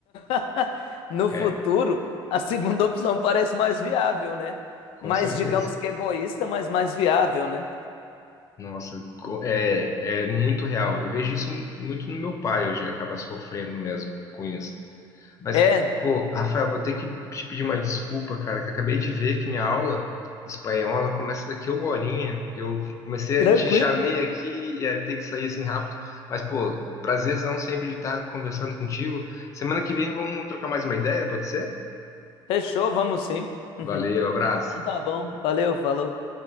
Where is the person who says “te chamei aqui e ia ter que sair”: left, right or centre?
Left